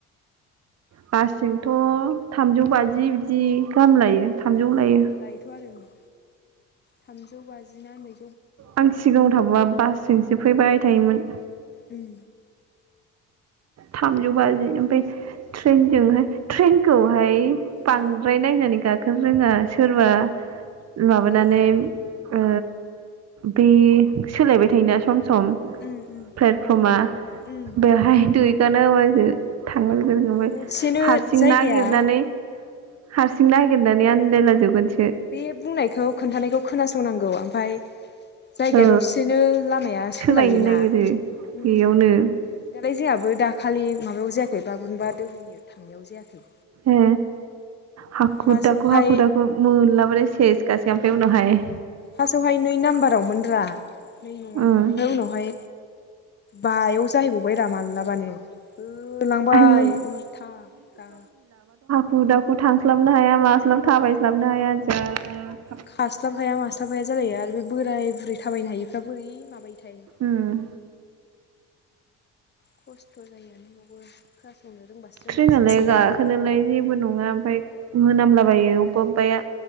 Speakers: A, on the right (about 45°); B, on the left (about 30°).
A: बासजोंथ' थामजौ बाजि बिदि गाहाम लायो थामजौ
B: औ
A: लायो
B: लायोथ आरो ओं थामजौ बाजि ना नै
A: आं सिगाङाव थाबा बासजोंसो फैबाय थायोमोन
B: उम
A: थामजौ बाजि ओमफ्राय ट्रेनजोंहाय ट्रेनखौहाय बांद्राय
B: हो
A: न जानि <inaudible> गा रोङा सोरबा माबानानै
B: ओ
A: ओ बे सोलायबाय थायोना सम सम
B: उम उम
A: प्लेटफर्मआ
B: उम
A: बेवहाय दुइ ानाबाज <inaudible> <unintelligible>
B: दसेनो
A: हारसिं
B: जायगाया
A: नागिरनानै हारसिं नागिरनानै आन्दायलाजोबगोनसो
B: बे बुंनायखौ खोन्थानायखौ खोनासंनांगौ आ फाय जायगाया
A: औ
B: दसेनो लामाया
A: सोलायनो
B: सोलायोना
A: नागिरो
B: दालाय
A: बेयावनो
B: जोंहाबो दाखालि खालि माबायाव जायाखै बागुरुम्बा दोहौनि थांनायाव जायाखै
A: ए हाखु
B: फार्स्टआवहाय
A: दाखु हाखु दाखु मोनलाबाथाय सेस गासै ओमफफ्राय उनावहाय
B: फार्स्टआवहाय नै नाम्बाराव मोन रा नै नङआवमोन
A: उम
B: ओमफ्राय उनावहाय बायाव जाहैबावबाय रा माल्ला माने होलांबाय
A: आयु
B: उल्था गा
A: हुदाखौ थांस्लाबनो हाया मास्लाब थाबायस्लाबनो हाया ओ
B: खास्लाब हाया मास्लाबफाया जालायो आरो बे बोराय बुरै थाबायनो हायिफ्रा बोरै माबायो थाय
A: उम
B: खस्थ' जायो <inaudible> रोंबाय
A: ट्रेनालाय
B: सोरबा सोरबा
A: गाखोनालाय जेबो नङा ओमफाय मोनामला बायो अबेबा अबेबाया